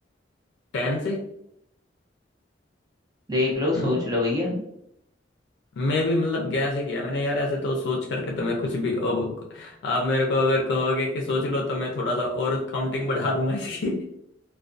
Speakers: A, on the left (about 70°); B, on the right (about 20°).
A: टेन से
B: देख लो
A: हम्म
B: सोच लो भैया
A: मे बी मतलब गैस ही किया मैंने यार ऐसे तो सोच करके तो मैं कुछ भी अब आप मेरे को अगर कहोगे कि सोच लो तो मैं थोड़ा सा और काउंटिंग बढ़ा दूंगा इसकी